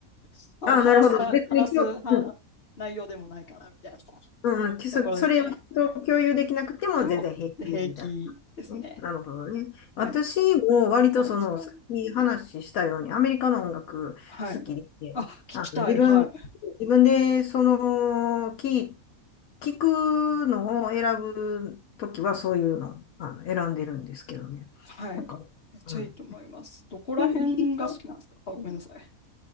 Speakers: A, on the left; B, on the left.
A: <laughs> まあ、
B: ああ、
A: 話す、
B: なるほど。別に今日、
A: 話す、は内容でもないかな、
B: うん、
A: みたいな
B: うん、そそれを人と共有できなくても全然平気みたいな。
A: ところですね。でも、で平気ですね。
B: ね、なるほどね。
A: はい。
B: 私も割とその、
A: そうなんですか
B: さっき話したように、アメリカの音楽好きで、
A: はい。あ、聞きたい。
B: あの自分、
A: はい。
B: 自分でその、聞い、聞くのを選ぶときはそういうの、あの、選んでるんですけどね。
A: はい。
B: なんか、
A: めっちゃいいと思います。
B: うん。
A: どこら辺が好きなんですかあ、
B: ひ人
A: ごめんなさい。